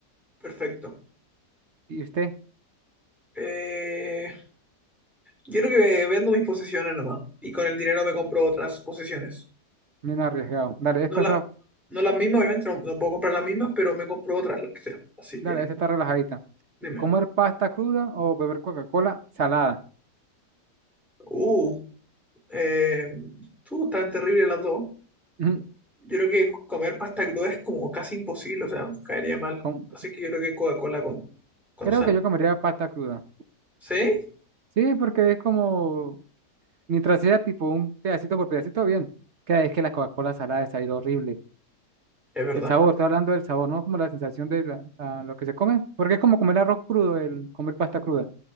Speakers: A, in the centre; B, on the right (about 50°).
A: Perfecto.
B: Y usted,
A: Eh, Yo creo que vendo mis posesiones nomás y con el dinero me compro otras posesiones.
B: menos arriesgado. Dale, esta
A: No, la,
B: está,
A: no las mismas, obviamente, no, no puedo comprar las mismas, pero me compro otras, las que sean. Así
B: dale,
A: que,
B: esta está relajadita.
A: dime.
B: ¿Comer pasta cruda o beber Coca-Cola salada?
A: Uh, eh, tú, tan terrible las dos.
B: <laughs> Ujú.
A: Yo creo que comer pasta cruda es como casi imposible, o sea, caería mal.
B: Com-
A: Así que yo creo que Coca-Cola con, con
B: Creo
A: sal.
B: que yo comería pasta cruda.
A: ¿Sí?
B: Sí, porque es como Mientras sea tipo un pedacito por pedacito, bien. Cada vez que la Coca-Cola salada es salir horrible.
A: Es verdad.
B: El sabor, estoy hablando del sabor, ¿no? Como la sensación de la- la- lo que se come. Porque es como comer arroz crudo, el comer pasta cruda.